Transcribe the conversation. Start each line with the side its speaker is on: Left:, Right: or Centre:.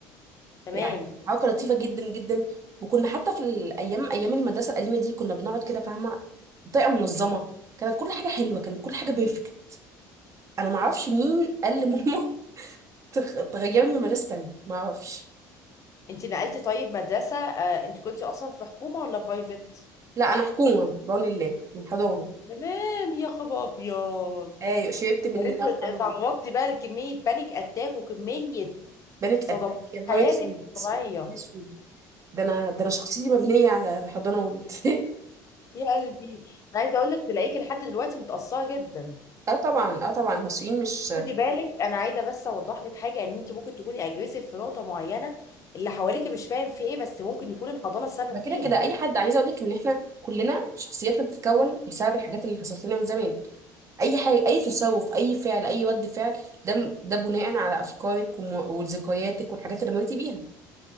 Left: تمام
Right: يعني حاجه كانت لطيفه جدا جدا وكنا حتى في الايام ايام المدرسه القديمه دي كنا بنقعد كده فاهمه بطريقه منظمه كانت كل حاجه حلوه كانت كل حاجه بيرفكت انا ما اعرفش مين قال لماما <laughs> تغ- تغيرني مدرسه تانية ما اعرفش
Left: انت نقلتي طيب مدرسة آه انت كنتي اصلا في حكومة ولا برايفت
Right: لا انا حكومه بعون الله من حضانه
Left: تمام يا خبر ابيض
Right: ايوه شربت من
Left: انت
Right: اللي
Left: اتعرضتي
Right: في حضانه
Left: بقى لكمية بانيك اتاك وكمية
Right: بانيك
Left: صدمات
Right: اتاك
Left: في
Right: يا نهار
Left: حياتك
Right: اسود
Left: الصغيرة
Right: يا نهار اسود ده انا ده انا شخصيتي مبنيه على الحضانه والابتدائي
Left: يا قلبي انا عايزة اقول لك تلاقيكي لحد دلوقتي متأثرة جدا
Right: <laughs> اه طبعا اه طبعا المصريين مش
Left: خدي بالك انا عايزة بس اوضح لك حاجة ان انت ممكن تكوني اجريسيف في نقطة معينة اللي حواليكي مش فاهم في ايه بس ممكن يكون الحضانة السبب
Right: ده كده
Left: فيها
Right: كده اي حد عايز اقول لك ان احنا كلنا شخصياتنا بتتكون بسبب الحاجات اللي حصلت لنا من زمان اي حاجه اي تصرف اي فعل اي رد فعل ده ده بناء على افكارك وم- وذكرياتك والحاجات اللي مريتي بيها